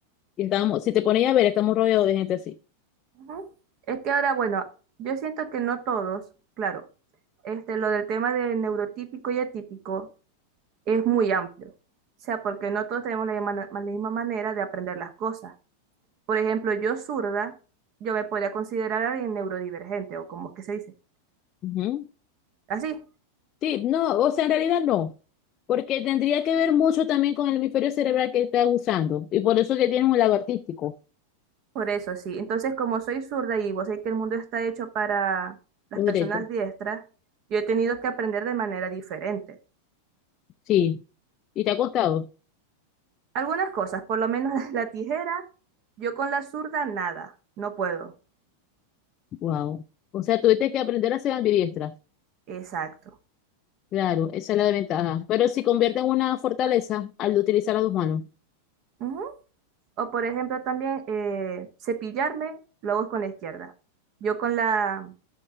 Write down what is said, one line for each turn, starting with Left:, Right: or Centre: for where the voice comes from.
Left: Y estábamos, si te pones a ver, estamos rodeados de gente así.
Right: Ujú. Es que ahora, bueno, yo siento que no todos, claro, este, lo del tema de neurotípico y atípico es muy amplio. O sea, porque no todos tenemos la misma, la misma manera de aprender las cosas. Por ejemplo, yo zurda, yo me podría considerar alguien neurodivergente, o como que se dice,
Left: Ujú.
Right: así.
Left: Sí, no, o sea, en realidad no, porque tendría que ver mucho también con el hemisferio cerebral que estás usando, y por eso que tienes un lado artístico,
Right: Por eso, sí. Entonces, como soy zurda y vos sabés que el mundo está hecho para las
Left: los
Right: personas
Left: derechos.
Right: diestras, yo he tenido que aprender de manera diferente.
Left: Sí, y te ha costado.
Right: Algunas cosas, por lo menos <laughs> la tijera, yo con la zurda nada, no puedo.
Left: Wow. O sea, tuviste que aprender a ser ambidiestra.
Right: Exacto.
Left: Claro, esa es la desventaja. Pero si convierte en una fortaleza al utilizar las dos manos.
Right: Ujú. O por ejemplo también eh, cepillarme, lo hago con la izquierda. Yo con la,